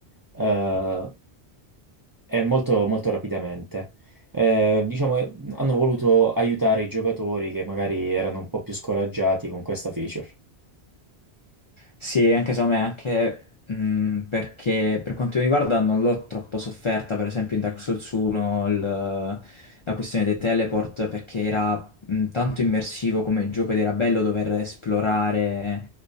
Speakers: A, on the right; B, on the left.
A: eh, e molto, molto rapidamente. Eh, diciamo, eh, hanno voluto aiutare i giocatori che magari erano un po' più scoraggiati con questa feature.
B: Sì, anche secondo me, anche mh, perché per quanto mi riguarda non l'ho troppo sofferta, per esempio in Dark Souls 1 il- la questione dei teleport, perché era mh, tanto immersivo come gioco ed era bello dover esplorare